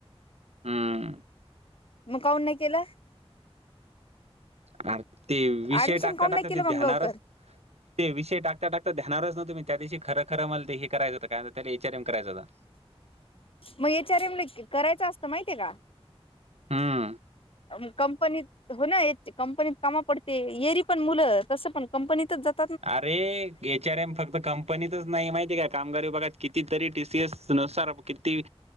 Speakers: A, on the right; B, on the left.
A: हम्म
B: मग काऊन नाही केला?
A: अर, ते विषय
B: ऍडमिशन
A: टाकता
B: काऊन
A: टाकता
B: नाही केलं
A: ते
B: मग
A: ध्यानावरच.
B: लवकर
A: ते विषय टाकता टाकता ्यानावरच. न्हुम् त्या दिशी खर खरं मल ते हे करायच होत, काय त्या एचआरएम करायं होता.
B: मग एचआरएम ला करायचं असतं, माहितीय का?
A: हम्म.
B: मग कंपनीत? हो ना कंपनीत कामा पडते, येरी पण मुलं तसं पण कंपनीतच जात.
A: आरे, एचआर एम फक्त क? कंपनीतचं नाही, माहितीय काय? कामगार विभागात किती तरी, टीसीएस नुसार किती?